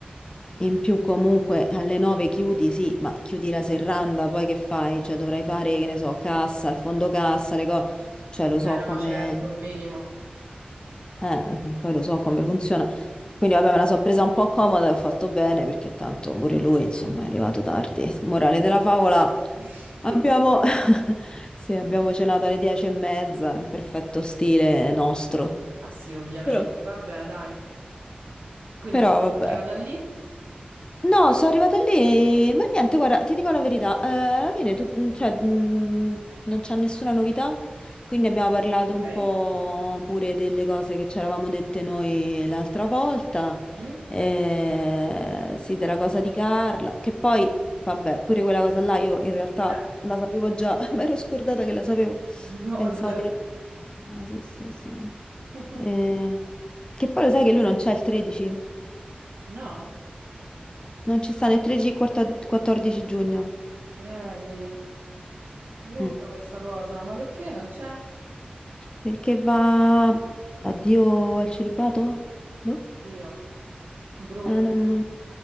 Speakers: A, on the left; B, on the right.
A: in più comunque alle 9 chiudi, sì, ma chiudi la serranda, poi che fai? Cioè dovrai fare, che ne so, cassa, il fondo cassa, le cose, cioè lo so
B: eh,
A: come...
B: no, certo, un minimo.
A: Eh, poi lo so come funziona. Quindi vabbè, me la so presa un po' comoda e ho fatto bene perché tanto pure lui, insomma, è arrivato tardi. Morale della favola,
B: <laughs>
A: abbiamo, <laughs> sì, abbiamo cenato alle dieci e mezza, in perfetto stile nostro.
B: Ah sì, ovviamente.
A: Però,
B: Vabbè, dai. Quindi
A: però
B: insomma,
A: vabbè,
B: è arrivata lì.
A: No, sono arrivata lì, ma niente, guarda, ti dico la verità, eh, alla fine tu- mm, cioè, mh, non c'è nessuna novità, quindi abbiamo parlato un
B: Ok.
A: po' pure delle cose che ci eravamo dette noi l'altra volta,
B: Mm?
A: eh, sì, della cosa di Carla, che poi, vabbè, pure quella cosa là io in realtà
B: Beh.
A: la sapevo già, <laughs> mi ero scordata che la sapevo,
B: LOL.
A: pensavo di non ricordare, no, sì, sì, sì.
B: <laughs>
A: Eh, che poi lo sai che lui non c'è il 13?
B: No,
A: Non ci sta né 13 né 14 14 giugno.
B: greve. Brutta
A: Mm.
B: questa cosa, ma perché non c'è?
A: Perché va addio al celibato? Boh.
B: Oddio, brutto,
A: Eh, non...